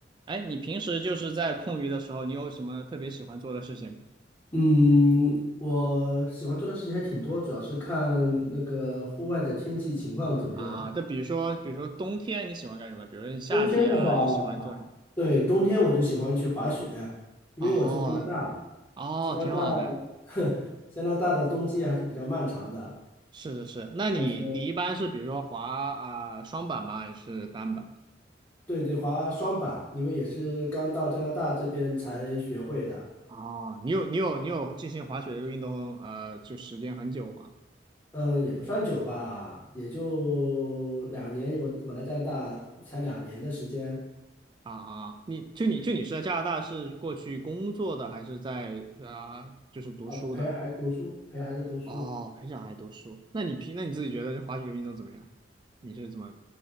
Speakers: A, on the right; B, on the left.
A: 哎，你平时就是在空余的时候，你有什么特别喜欢做的事情吗
B: 嗯，我喜欢做的事情还挺多，主要是看那个户外的天气情况怎么样。
A: 啊，就比如说，比如说冬天你喜欢干什么？比如说你夏季啊，
B: 冬天的话，
A: 你喜欢做什么？
B: 对，冬天我就喜欢去滑雪，因为我在加拿大，
A: 哦哦，
B: 加拿大，
A: 挺好的。
B: <laughs> 加拿大的冬季还是比较漫长的，
A: 是是是，那你你一般是比如说滑啊、
B: 而且
A: 双板吗？还是单板？
B: 对对，滑双板，因为也是刚到加拿大这边才学会的，
A: 哦，你有你有你有进行滑雪这个运动呃，就时间很久吗？
B: 嗯，也不算久吧，也就两年，我我来加拿大才两年的时间
A: 啊啊，你就你就你是在加拿大是过去工作的，还是在啊、就是读书的？
B: 啊，陪孩子读书，陪孩子读书。
A: 哦，陪小孩读书，那你平，那你自己觉得这滑雪运动怎么样？你是怎么